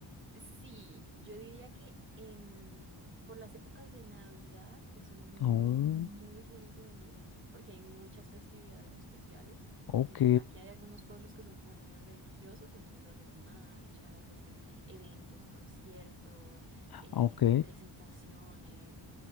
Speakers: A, on the right (about 25°); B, on the left (about 50°).
A: Sí, yo diría que en por las épocas de Navidad es muy
B: Oh,
A: mu- muy bonito venir porque hay muchas festividades especiales.
B: ok,
A: Eh, aquí hay algunos pueblos que son como muy religiosos, entonces hacen marchas, hacen eventos, conciertos, em,
B: ok.
A: presentaciones.